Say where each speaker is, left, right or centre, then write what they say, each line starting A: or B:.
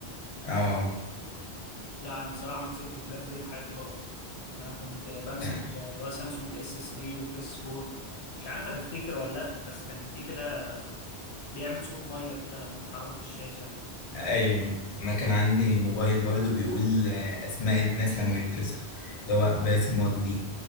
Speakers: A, on the left; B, on the left.
A: اه
B: لا انا بصراحه ما مسكتش بلاك بيري في حياتي خالص انا كنت بمسك
A: آه،
B: اللي هو سامسونج اس 3 واس 4 مش عارف هتفتكر ولا لا بس كان في كده بيعمل صوت ميه كده لما تحرك الشاشه
A: ايوه انا كان عندي موبايل برضو بيقول آه، اسماء الناس لما بيتصل اللي هو باسم وجدي